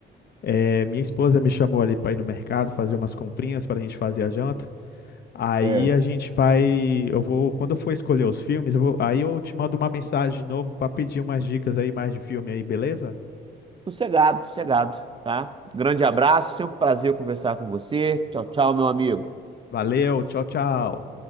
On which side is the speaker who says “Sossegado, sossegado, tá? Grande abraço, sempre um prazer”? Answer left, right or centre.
Right